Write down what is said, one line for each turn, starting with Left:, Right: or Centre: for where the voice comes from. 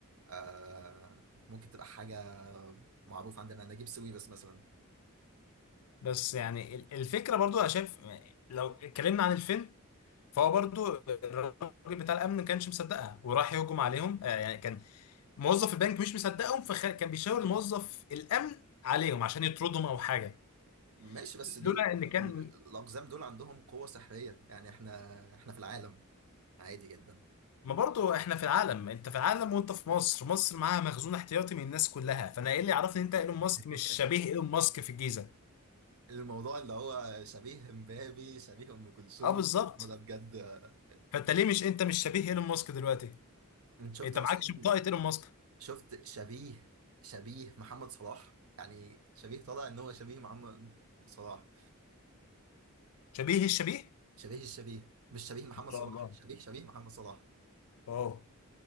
Right: آه ممكن تبقى حاجه معروف عندنا نجيب ساويرس مثلا
Left: بس يعني ال- الفكره برضو انا شايف لو اتكلمنا عن الفيلم فهو برضو الراجل بتاع الامن ما كانش مصدقها وراح يهجم عليهم آه، يعني كان موظف البنك مش مصدقهم فكان بيشاور الموظف الامن عليهم عشان يطردهم او حاجه
Right: ماشي بس
Left: لولا
Right: دول كانوا
Left: ان كان
Right: ال- الاقزام دول عندهم قوه سحريه يعني احنا احنا في العالم عادي جدا
Left: ما برضه احنا في العالم انت في العالم وانت في مصر مصر معاها مخزون احتياطي من الناس كلها فانا ايه اللي يعرفني ان انت ايلون ماسك
Right: <laughs>
Left: مش شبيه ايلون ماسك في الجيزه
Right: الموضوع اللي هو شبيه امبابي شبيه ام كلثوم
Left: اه بالظبط
Right: هو ده بجد آه،
Left: فانت ليه مش انت مش شبيه ايلون ماسك دلوقتي
Right: انت شفت
Left: انت
Right: اصلا
Left: معكش بطاقه ايلون ماسك
Right: شفت شبيه شبيه محمد صلاح يعني شبيه طالع ان هو شبيه محمد صلاح
Left: شبيه الشبيه
Right: شبيه الشبيه مش شبيه محمد
Left: ان شاء
Right: صلاح
Left: الله
Right: شبيه شبيه محمد صلاح
Left: اه